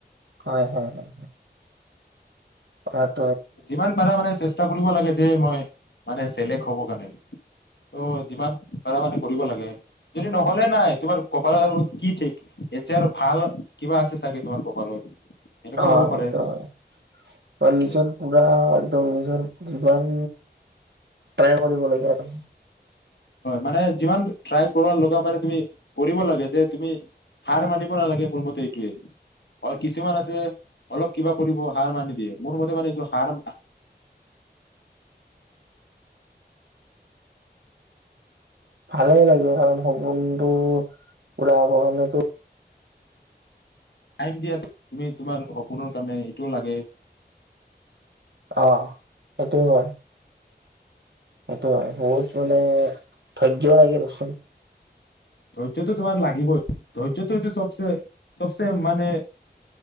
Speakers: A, on the right (about 85°); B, on the left (about 85°).
A: হয়, হয়, হয়। অ।
B: যিমান পাৰা মানে চেষ্টা কৰিব লাগে। যে মই মানে চেলেক্ত হব কাৰণে ত যিমান পাৰা মানে কৰিব লাগে। যদি নহলে নাই তোমাৰ কপালৰ কি ঠিক এতিয়া আৰু ভাল কিবা আছে চাগে তোমাৰ কপালত। এনেকুৱা
A: অ,
B: হ'ব
A: সেইটো
B: পাৰে
A: হয়া, কণ্ডিচন।
B: সেইটোৱে
A: পুৰা একদম নিজৰ যিমান ট্ৰাই কৰিব লাগে আৰু।
B: মানে যিমান ট্ৰাই লগা মানে তুমি কৰিব লাগে, যে তুমি হাৰ মানিব নালাগে মোৰ মতে এইটোয়ে। আৰু কিছুমান আছে? অলপ কিবা কৰিব হাৰ মানি দিয়ে। মোৰ মতে মানে এইটো হাৰ
A: ভালে লাগে, কাৰণ সপোনটো পোৰা হ'ব কাৰণেতো।
B: টাইম দিয়া তুমি তোমাৰ সপোনৰ কাৰণে এইটোও লাগে।
A: অ, সেইটো হয়। সেইটো হয় বহুত মানে ধৈৰ্য লাগে দেচোন।
B: ধৈৰ্যটো তোমাৰ লাগিবই। ধৈৰ্যটো এইটো চবচে-চবচে মানে